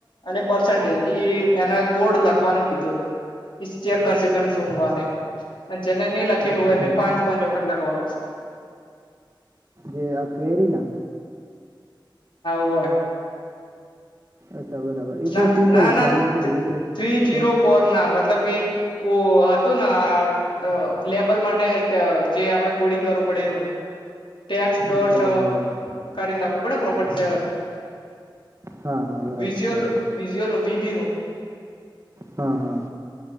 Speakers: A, on the left; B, on the right.
A: અને પર્સન્ટેજ એ ઈના કોડ લખવાનો કીધું. ઈ ચેક કરશે મેમ સોમવારે અને જેને નહી લખેલું હોય એને
B: એવું
A: પાંચ પાંચ વખત લખવા આપશે.
B: તે હા કઈરી ના.
A: હઓ અ
B: અચ્છા બરાબર એ
A: ના
B: તો સિમ્પલ
A: ના
B: જ છે
A: ના
B: એમાં એટલું
A: થ્રી
B: બધું કંઈ
A: થ્રી જીરો
B: તો
A: ફોર નામ. મતલબ કે વો હતું ન આ અ લેબલ માટે એ ટ જે આપડે કોડિંગ કરવું પડે એ રૂમ. ટેક્સ ડોટ
B: અચ્છા
A: અ
B: હોય
A: કરીને લખવું પડે ને પ્રોપર્ટી સેવર
B: હા હા બરાબર
A: વિઝ્યુઅલ
B: બરાબર
A: વિઝ્યુઅલ વિબી નું.
B: હા હા